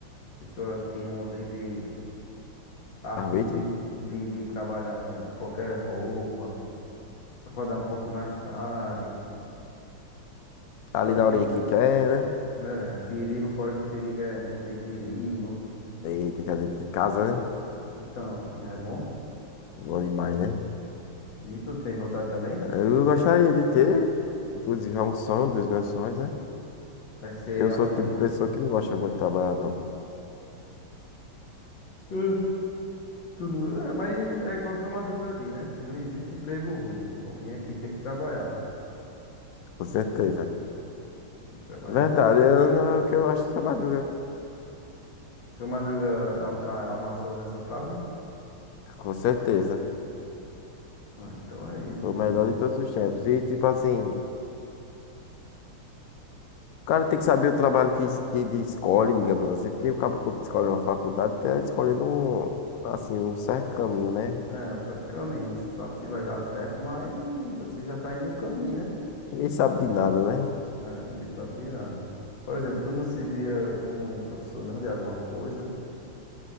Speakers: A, on the left; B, on the left.
A: A pessoa tem o livre arbítrio
B: Arbítrio?
A: de, de, de trabalhar qualquer roupa, acordar um pouco mais tarde.
B: Tá
A: Fora
B: Ali na
A: que,
B: horinha que quer, né?
A: é, perigo, fora que perigo é, não tem perigo.
B: Eita, que é dentro de casa, né?
A: Então, não é bom?
B: Bom demais, né?
A: E tu tem vontade também?
B: Eu gostaria de ter, inclusive é um sonho dos meus sonhos, né?
A: Vai ser
B: Porque eu
A: assim.
B: sou o tipo de pessoa que não gosta muito de trabalhar, não.
A: É, tu não... é, mas é igual seu Madruga diz, né? Não existe emprego ruim. O ruim é que tem que trabalhar.
B: Com certeza.
A: E Trabalhar
B: Verdade,
A: é complicado.
B: eu não é o que eu acho essa madruga, né?
A: Seu Madruga am- a- amassou nessa frase?
B: Com certeza.
A: Ah, então é isso,
B: Foi
A: mano.
B: o melhor de todos os tempos. E tipo assim. O cara tem que saber o trabalho que, es- que ele escolhe, digamos assim, porque o cara quando escolhe uma faculdade tá escolhendo um, assim, um certo caminho, né?
A: É um certo caminho. Não sabe se vai dar certo, mas você já tá indo no caminho, né?
B: Ninguém sabe de nada, né?
A: É, ninguém sabe de nada. Por exemplo, tu não se via como um professor não de alguma coisa?